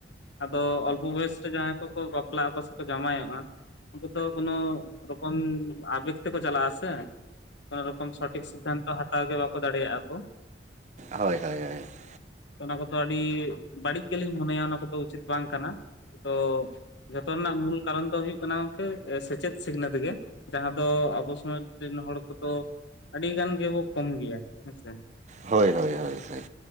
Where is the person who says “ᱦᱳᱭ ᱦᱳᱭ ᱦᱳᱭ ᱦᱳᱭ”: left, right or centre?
Right